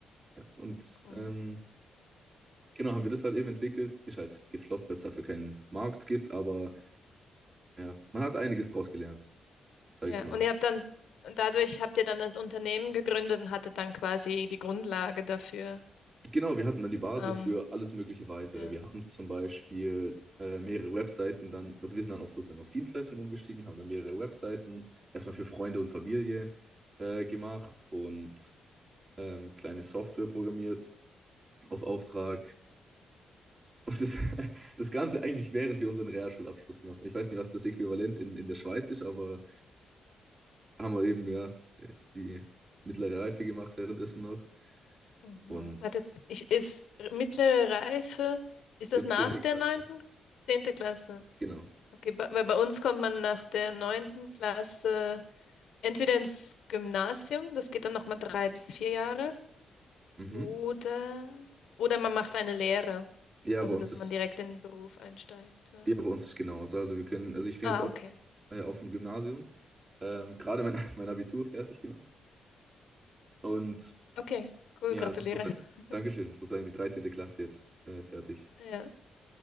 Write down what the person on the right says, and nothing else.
Ja, und
ähm, genau, haben wir das halt eben entwickelt. Ist halt gefloppt, weil es dafür keinen Markt gibt, aber ja, man hat einiges draus gelernt, sage
ich mal.
Genau, wir hatten dann die Basis
für alles mögliche weitere.
Wir haben zum Beispiel äh, mehrere Webseiten dann, also wir sind dann auch sozusagen auf Dienstleistungen umgestiegen, haben dann mehrere Webseiten erstmal für Freunde und Familie äh, gemacht und ähm, kleine Software programmiert auf Auftrag. Und das, <laughs> das Ganze eigentlich, während wir unseren Realschulabschluss gemacht haben. Ich weiß nicht, was das Äquivalent in, in der Schweiz ist, aber haben wir eben ja die, die mittlere Reife gemacht währenddessen noch.
Und
äh,
10.
Klasse,
genau.
Mhm.
Ja,
bei uns
ist,
ja, bei uns ist genauso. Also wir können, also ich bin
jetzt auch
äh, auf dem Gymnasium, ähm, gerade mein, <laughs> mein Abitur fertig gemacht. Und
ja,
also sozusagen,
Dankeschön, sozusagen die dreizehnte Klasse jetzt äh, fertig.